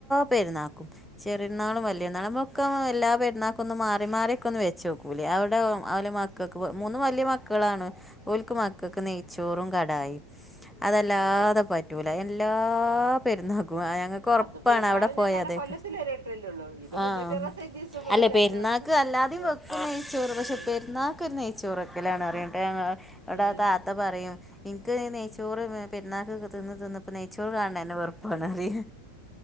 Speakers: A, in the centre; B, on the right (about 75°).
A: പെര്ന്നാൾക്കും ചെറ്യര്ന്നാളും വല്ല്യര്ന്നാളും മ്മ ക്കെ എല്ലാ പെര്ന്നാക്കൊന്ന് മാറി മാറ്യൊക്കൊന്ന് വെച്ചോക്കൂലേ ആ ഒരു ണ്ടാവും അവല
B: ഉം
A: മക്കക്ക് മൂന്ന് വല്ല്യ മക്കളാണ് ഓൽക്ക്
B: ഉം
A: മക്കക്ക് നെയ്ച്ചോറും കടായിം അതല്ലാതെ
B: അത് ശരി
A: പറ്റൂല എല്ലാ പെര്ന്നാക്കും അ ഞങ്ങ ക്കൊർപ്പാണ്
B: അത് പെരുന്നാളിന്ന്ന്
A: അവ്ടെ പോയ
B: പറഞ്ഞാൽ
A: തേകാ
B: കൊല്ലത്തിൽ ഒരു വട്ടല്ലേ ഉള്ളൂ ഇത്
A: ആഹ്
B: മുന്നൂറ്റി അറുപത്തഞ്ച് ദിവസം ഇവിടെ
A: അല്ലെ
B: ചില
A: പെര്ന്നാക്ക്
B: ദിവസം
A: അല്ലാതിം
B: ആ
A: വെ നെയ്ചോറ് പഷെ
B: ഉം
A: പെര്ന്നാക്കൊര് നെയ്ച്ചോറെക്കലാണറിയു വ്ടെ ഞങ്ങള വ്ടെ
B: ഉം
A: താ ത്ത പറയും ഇൻക്ക് നെയ്ച്ചോറ് പെര്ന്നാക്കൊക്കെ തിന്ന് തിന്ന് പ്പ നെയ്ച്ചോറ് കാണ്ണെന്നെ വെർ കാണാറിം